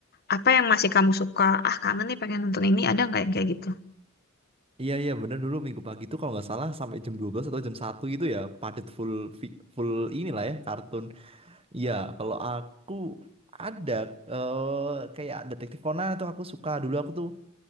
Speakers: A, on the left; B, on the right.
A: Apa yang masih kamu suka? Ah, kangen nih pengen nonton ini. Ada nggak yang kayak gitu?
B: Iya iya bener dulu minggu pagi itu kalau nggak salah sampai jam 12 atau jam satu gitu ya padet full fi- full inilah ya kartun. Iya kalau aku ada eh, kayak Detektif Conan tuh aku suka dulu aku tuh